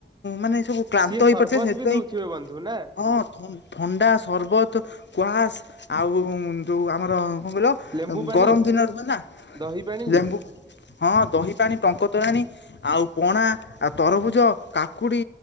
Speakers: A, on the left; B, on the right.
A: ମାନେ ସବୁ କ୍ଳାନ୍ତ
B: ସିଏ
A: ହେଇପଡିଥିବେ
B: ସରବତ
A: ସେଇଥିପାଇଁ
B: ବି ଦଉଥିବେ ବନ୍ଧୁ ନା
A: ହଁ ଥ ଥଣ୍ଡା ସରବତ କ୍ୱାସ୍ ଆଉ ଯେଉଁ ଆମର କଣ କହିଲ
B: ଲେମ୍ବୁ ପାଣି
A: ଗରମ ଦିନ ରୁହେନା
B: ଦହି ପାଣି
A: ଲେମ୍ଵୁ ହଁ ଦହି ପାଣି ଟଙ୍କ ତୋରାଣି ଆଉ ପଣା ଆଉ ତରଭୁଜ କାକୁଡ଼ି